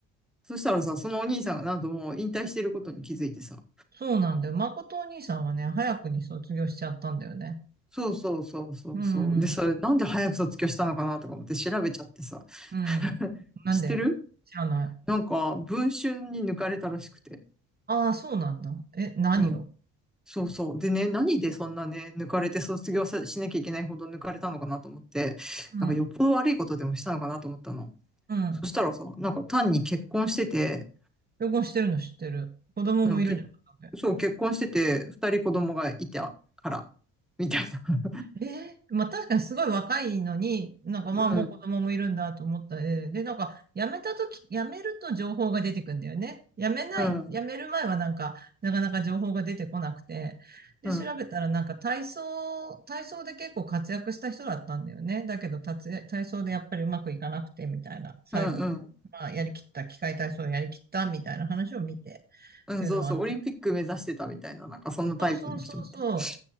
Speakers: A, in the centre; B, on the right.
A: そしたらさ、そのお兄さんがなんともう引退してることに気づいてさ、
B: そうなんだよ。まことお兄さんはね、早くに卒業しちゃったんだよね。
A: そうそうそうそうそう。
B: うん。うん。
A: で、それなんで早く卒業したのかなとか思って調べちゃってさ、
B: うんなんで知らない。
A: <laughs> 知ってるなんか、文春に抜かれたらしくて。
B: ああ、そうなんだ。え、何を
A: うん。そうそう。でね、何でそんなね、抜かれて卒業さしなきゃいけないほど抜かれたのかなと思って、
B: うん、
A: なんかよっぽど悪いことでもしたのかなと思ったの。
B: うん。
A: そしたらさ、なんか単に結婚してて、
B: 旅行してるの知ってる。子供もいるんじゃなかったっけ
A: うん、けそう、結婚してて、二人子供がいたから、みたいな。
B: ええまあ確かにすごい若いのに、なんかまあもう子供もいるんだと思ったで、
A: うん、
B: で、なんか辞めたとき、辞めると情報が出てくんだよね。辞めない、
A: うん、
B: 辞める前はなんか、なかなか情報が出てこなくて。で、
A: うん、
B: 調べたらなんか体操、
A: うん、
B: 体操で結構活躍した人だったんだよね。だけど、たつ体操でやっぱりうまくいかなくてみたいな、最後、
A: うん、
B: まあやりきった、器械体操をやりきったみたいな話を見てっていうのはあった。
A: うんそうそう、オリンピック目指してたみたいな、なんかそんなタイプの人みたいな。
B: そうそうそうそ